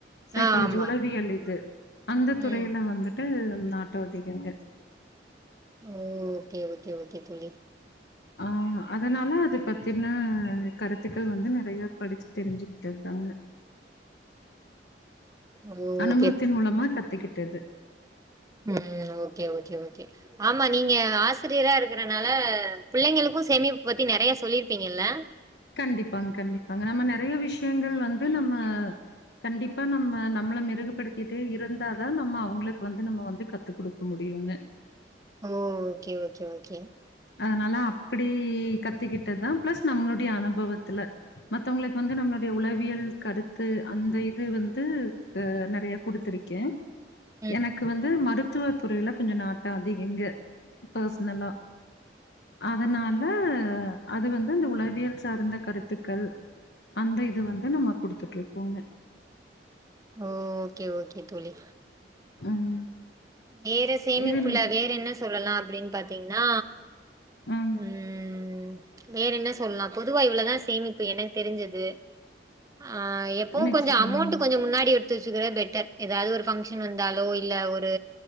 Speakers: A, on the left; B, on the right.
A: சைக்காலஜி
B: ஆ ஆமா.
A: உளவியல் இது அந்த துறையில
B: ம்.
A: வந்துட்டு நாட்டம் அதிகங்க
B: ஓ ஓகே ஓகே ஓகே தோழி
A: ஆ அதனால அது பத்தின கருத்துக்கள் வந்து நறைய படிச்சு தெரிஞ்சுக்கிட்டது தாங்க
B: ஓ!
A: அனுபவத்தின்
B: ஓகே.
A: மூலமா கத்துக்கிட்டது
B: ம் ஓகே ஓகே ஓகே ஆமா நீங்க ஆசிரியரா இரு இருக்கறனால பிள்ளைங்களுக்கும் சேமிப்பு பத்தி நறைய சொல்லிருப்பீங்கல்ல
A: கண்டிப்பாங்க கண்டிப்பாங்க நம்ம நறைய விஷயங்கள் வந்து நம்ப கண்டிப்பா நம்ம நம்மள மிருகுப்படுத்திட்டு இருந்தா தான் நம்ம அவங்களுக்கு வந்து நம்ம வந்து கருத் கத்து குடுக்க முடியுங்க
B: ஓ ஓகே ஓகே ஓகே
A: அதனால அப்படி கத்துக்கிட்டது தான் ப்ளஸ் நம்மளுடைய அனுபவத்துல மத்தவங்களுக்கு வந்து நம்மளுடைய உளவியல் கருத்து அந்த இது வந்து. அது நறைய குடுத்திருக்கேன்
B: <inaudible>
A: எனக்கு வந்து மருத்துவ துறையில கொஞ்சம் நாட்டம் அதிகம்ங்க பர்சனலா அதனால அது வந்து அந்த உளவியல் சார்ந்த கருத்துக்கள் அந்த இது வந்து நம்ம குடுத்துட்டு இருக்கோங்க
B: ஓ ஓகே ஓகே தோழி
A: ம்
B: வேற சேமிப்புள்ள
A: இதில்
B: வேற என்ன சொல்லலாம் அப்டின்னு பாத்தீங்ன்னா
A: ம்
B: ம் வேற என்ன சொல்லலாம் பொதுவா இவ்ளோவுதான் சேமிப்பு எனக்கு தெரிஞ்சது ஆஹ எப்பவும்
A: நிச்சயமாங்க
B: கொஞ்சம் அமௌண்ட் கொஞ்சம் முன்னாடி வி எடுத்து வச்சுக்கிறது பெட்டர் ஏதாவது ஒரு ஃபங்ஷன் வந்தாலோ இல்ல ஒரு